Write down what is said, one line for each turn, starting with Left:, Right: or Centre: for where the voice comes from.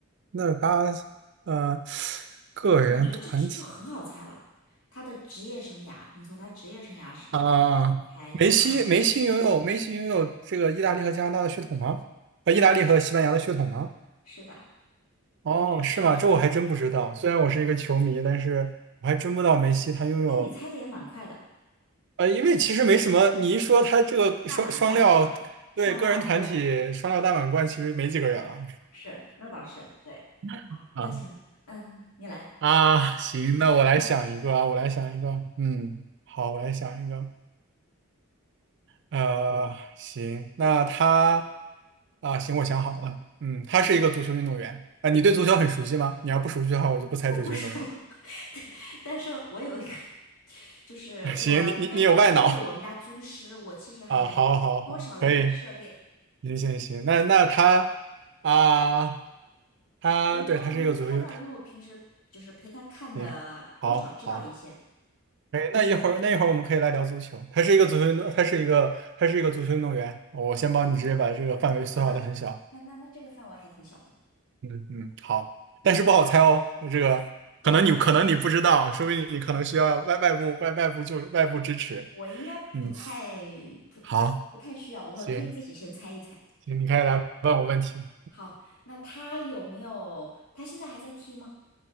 Right: 那八呃个人团体
Left: 我觉得这这就很好猜了。他的职业生涯，你从他职业生涯是
Right: 啊，
Left: 猜就很，
Right: 梅西梅西拥有梅西拥有这个意大利和加拿大的血统吗？啊，意大利和西班牙的血统吗？
Left: 是的，
Right: 哦，
Left: 还真是。
Right: 是吗？这我还真不知道。虽然我是一个球迷，但是我还真不知道梅西他拥有
Left: 但你猜的也蛮快的，
Right: 呃，因为其实没什么。你一说他这个双双料，
Left: 大满贯是吗？双料，
Right: 对个人团体双料大满贯，
Left: 对，
Right: 其实没几个人了
Left: 是，那倒是，对。好，
Right: <laughs>
Left: 那行，
Right: 啊。
Left: 嗯，你来，
Right: 啊，行，那我来想一个啊，我来想一个，嗯，好，我来想一个，呃，行，那他啊，行，我想好了，嗯，他是一个足球运动员啊，你对足球很熟悉吗？你要不熟悉的话，我就不猜足球运动员。
Left: 我不输，<laughs> 但是我有一个，就是我跟着跟着我们家军师，
Right: <laughs> 行，你你你有外脑
Left: 我其实还
Right: <laughs> 啊，好，好，
Left: 多少有点涉猎，
Right: 好，可以，行行行，那那他啊，他对，
Left: 我应该能猜到，
Right: 他是一个足球，他
Left: 因为我平时就是陪他看的，
Right: 行，好好。
Left: 多少知道一些。
Right: 哎，那一会儿那一会儿我们可以来聊足球。他是一个足球运动，他是一个他是一个足球运动员。我先帮你直接把这个范围缩小的很小。
Left: 好的，那那那这个范围还挺小的，
Right: 嗯嗯，好，但是不好猜哦。那这个可能你可能你不知道，
Left: 不好猜是吧？
Right: 说不定你可能需要外外部外外部就外部支持。
Left: 我应该不太
Right: 嗯，
Left: 不太不太需要，
Right: 好，
Left: 我可以自己先猜一猜。
Right: 行行，你可以来问我问题，
Left: 好，那他有没有？他现在还在踢吗？